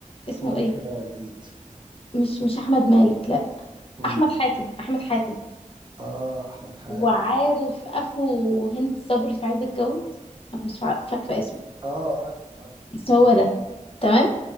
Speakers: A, on the left; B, on the right.
A: اسمه
B: الملك
A: إيه
B: ده جديد
A: مش مش أحمد مالك لأ
B: مين؟
A: أحمد حاتم أحمد حاتم
B: اه احمد حاتم
A: وعارف اخو هند صبري في عايزه اتجوز انا مش فا- فاكره اسمه
B: اه عارفه عارفه
A: بس
B: عارفه
A: هو ده تمام